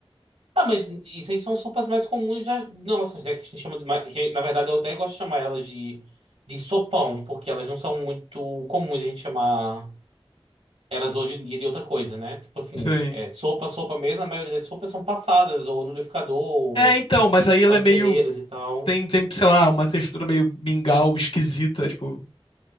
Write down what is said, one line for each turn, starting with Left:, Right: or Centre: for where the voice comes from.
Right: Ah, mas isso aí são sopas mais comuns da- nossas, né? Que a gente chama de. ma- Que, na verdade, eu até gosto de chamar elas de, de sopão, porque elas não são muito comuns a gente chamar elas hoje em dia de outra coisa, né? Tipo assim,
Left: Sim.
Right: é, sopa, sopa mesmo, a maioria das sopas são passadas, ou no liquidificador, ou
Left: É, então, mas aí ela
Right: ou
Left: é
Right: em
Left: meio.
Right: peneiras e tal.
Left: Tem, tem, sei lá, uma textura meio mingau esquisita, tipo.